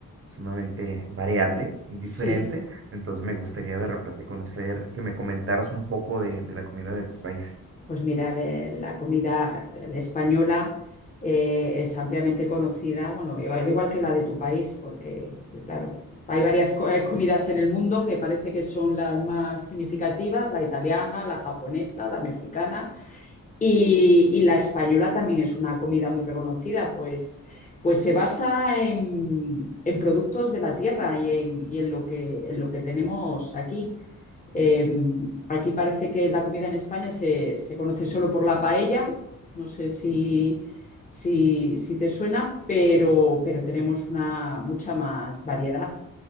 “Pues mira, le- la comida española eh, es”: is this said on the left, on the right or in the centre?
Left